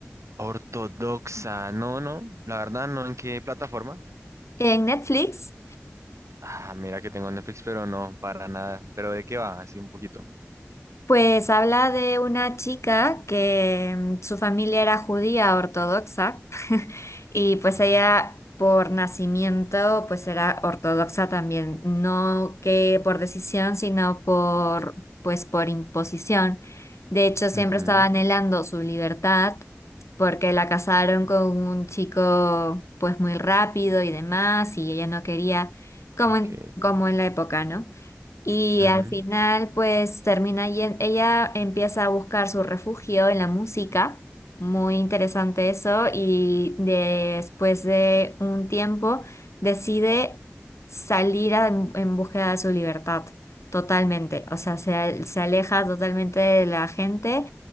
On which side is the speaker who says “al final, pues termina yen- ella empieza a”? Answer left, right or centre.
Left